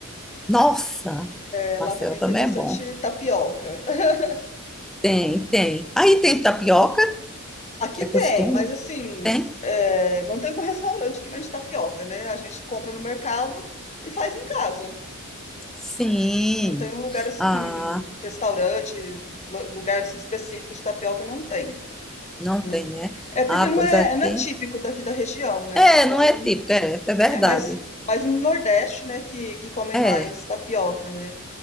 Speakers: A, in the centre; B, on the left.
A: Nossa,
B: Eh,
A: Marcelo
B: lá também
A: também
B: tem bastante
A: é bom.
B: tapioca. <laughs>
A: Tem, tem. Aí
B: Hum.
A: tem tapioca,
B: Aqui
A: é costume?
B: tem, mas assim,
A: Tem?
B: eh, não tem um restaurante que vende tapioca, né, a gente compra no mercado e faz em casa.
A: Sim.
B: né? Não tem um lugar assim,
A: Ah,
B: restaurante, lu- lugar assim, específico de tapioca, não tem.
A: não
B: né?
A: tem, né?
B: É porque
A: Ah,
B: não
A: pois
B: é,
A: aqui.
B: não é típico daqui da região, né?
A: É,
B: Então,
A: não é típico é, é verdade.
B: é mais, mais no Nordeste, né, que, que come
A: É.
B: mais tapioca, né?